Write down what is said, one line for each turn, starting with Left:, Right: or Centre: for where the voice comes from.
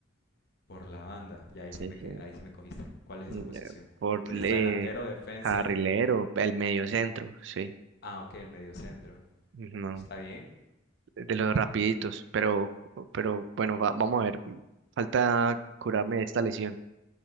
Left: Por la banda. Y ahí
Right: Sí,
Left: sí me,
Right: sí.
Left: que- ahí sí me cogiste. ¿Cuál es
Right: Mm,
Left: esa posición?
Right: eh, Por
Left: Porque está
Right: eh,
Left: delantero, defensa.
Right: carrilero, el medio centro, sí.
Left: Ah, ok, el mediocentro.
Right: No,
Left: Está bien.
Right: de los rapiditos, pero, pero bueno, va- vamos a ver. Falta curarme de esta lesión.